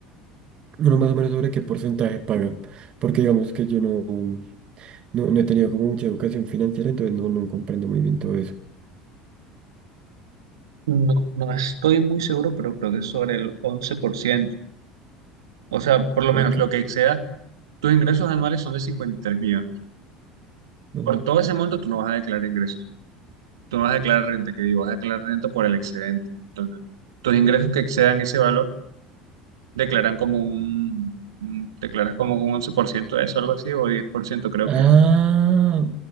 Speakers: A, on the right; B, on the right.
A: Uno más o menos sobre qué porcentaje paga. Porque digamos que yo no, no, no he tenido como mucha educación financiera, entonces no, no comprendo muy bien todo eso.
B: No, no estoy muy seguro, pero creo que es sobre el once por ciento O sea, por lo
A: Ok.
B: menos lo que exceda, tus ingresos anuales son de 53 millones.
A: ajá.
B: Por todo ese monto, tú no vas a declarar ingresos. Tú no vas a declarar renta, que digo, vas a declarar renta por el excedente. Entonces, tus ingresos que excedan ese valor, declaran como un, un- declaras como un 11% de eso, algo así, o 10% creo
A: Ah,
B: que es.